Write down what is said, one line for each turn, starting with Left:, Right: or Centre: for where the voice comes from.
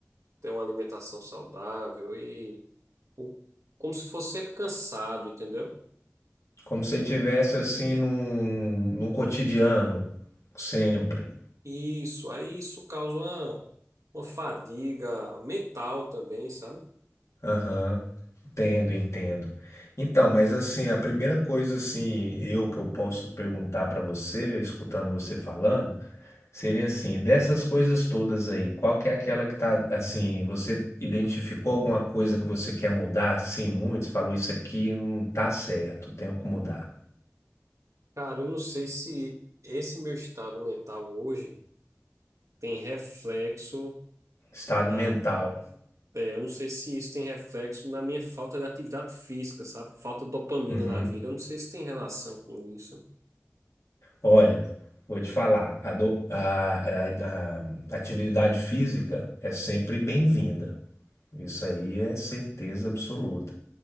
Right: ter uma alimentação saudável e o- como se fosse sempre cansado, entendeu?
Left: Como se você tivesse assim num, num cotidiano, sempre.
Right: Isso, aí isso causa uma, uma fadiga mental também, sabe?
Left: Aham, entendo, entendo. Então, mas assim, a primeira coisa assim, eu que eu posso perguntar pra você, escutando você falando, Seria assim, dessas coisas todas aí, qual que é aquela que tá assim, você identificou alguma coisa que você quer mudar, assim, muito? Você falou isso aqui não tá certo, tenho que mudar.
Right: Cara, eu não sei se esse meu estado mental hoje tem reflexo
Left: Estado
Right: na.
Left: mental.
Right: é, eu não sei se isso tem reflexo na minha falta de atividade física, sabe? Falta de dopamina
Left: Uhum.
Right: na vida. Eu não sei se tem relação com isso.
Left: Olha, vou te falar, a, do- a- a- a atividade física é sempre bem-vinda. Isso aí é certeza absoluta.